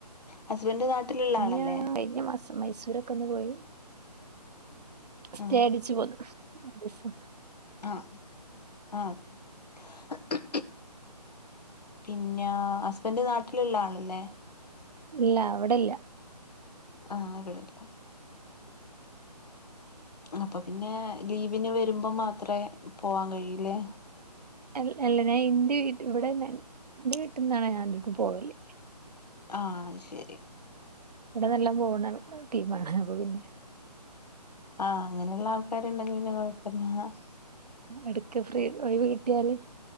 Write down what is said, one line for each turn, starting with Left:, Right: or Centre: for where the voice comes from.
Left: ഹസ്ബൻഡ് നാട്ടിലുള്ള ആളല്ലേ
Right: ഞാ കഴിഞ്ഞ മൈസൂരൊക്കെ ഒന്ന് പോയി സ്റ്റേ
Left: ആഹ്
Right: അടിച്ചു പോന്ന് ദശോ
Left: ആഹ ആ അതെ പിന്നെ ഹസ്ബൻഡറ് നാട്ടിലുള്ള ആളല്ലേ
Right: ഇല്ല ഇവിടെല്ല
Left: ആഹ അകളല്ല അപ്പൊ പിന്നെ ലീവിന് വ വരുമ്പം മാത്രേ പോവാൻ കഴിയില്ലേ
Right: അല്ല അല്ല ഞാൻ ഇന്റെ വീട്ട ഇവിടെൻ എന്റെ വീട്ടിൽ നിന്നാണ് ഞാൻ അധികം പോവല്
Left: ആഹ ശരി
Right: ഇവിടെ നല്ലൊ പോണ ടീമാണ് അപ്പൊ പിന്നെ
Left: ആഹ് അങ്ങനെയുള്ള ആൾക്കാരുണ്ടെങ്കിൽ പിന്നെ കൊഴ <unintelligible>
Right: എടക്ക് ഫ്രീ ഒഴിവ് കിട്ടിയാല്